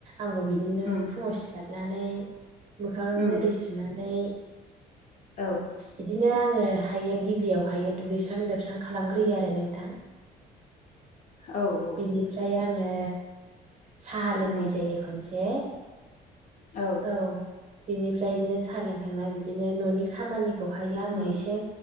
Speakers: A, on the right; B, on the left.
A: आंबो बिदिनो
B: उम
A: फुङाव सिखारनानै मोखां
B: उम
A: ओरि सुनानै
B: औ
A: बिदिनो आङो हायो गिबियावहायो दुगैस्रां लोबस्रां खालामग्रोयो आरो नोंथां
B: औ औ
A: बिनिफ्राय आङो साहा लोंनाय
B: उम
A: जायो खनसे
B: औ
A: औ बिनिफ्राय बिदिनो सा लोंखांनाय बिदिनो न'नि खामानिखौ आङो
B: उम
A: एसे